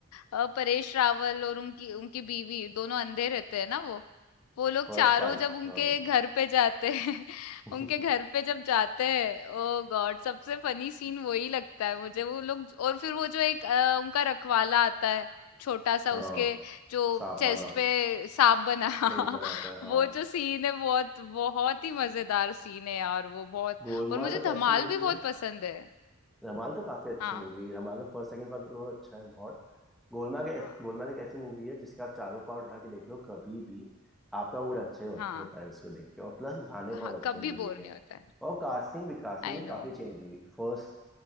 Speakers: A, on the left; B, in the centre.
A: अ, परेश रावल और उनकी उनकी बीवी दोनों अंधे रहते हैं ना वो वो लोग
B: फर्स्ट
A: चारों
B: पार्ट
A: जब उनके
B: हाँ
A: घर पे जाते हैं <laughs>
B: <laughs>
A: उनके घर पे जब जाते हैं ओ गॉड सबसे फनी सीन वही लगता है मुझे वो लोग और फिर वो जो एक अ, उनका रखवाला आता है छोटा सा
B: हाँ
A: उसके जो
B: सांप
A: चेस्ट
B: वाला
A: पे सांप बना <laughs>
B: स्नेक बना होता है हाँ
A: वो जो सीन है बहुत बहुत ही मजेदार सीन है यार वो बहुत
B: गोलमाल
A: और मुझे धमाल
B: एक ऐसी मूवी
A: भी बहुत
B: है
A: पसंद है
B: रमाल तो काफी अच्छी
A: हाँ
B: मूवी है रमाल का फर्स्ट सेकंड पार्ट दोनों अच्छा है बहुत गोलमाल के
A: हाँ
B: गोलमाल एक ऐसी मूवी है जिसके आप चारों पार्ट उठा के देख लो कभी भी आपका मूड अच्छे हो,
A: हाँ
B: होता है उसको देख के और प्लस गाने
A: हाँ
B: बहुत अच्छे
A: कभी
B: मूवी
A: बोर
B: के
A: नहीं
B: हैं
A: होता है
B: और कास्टिंग भी कास्टिंग
A: I
B: भी काफी
A: know
B: चेंज हुई फर्स्ट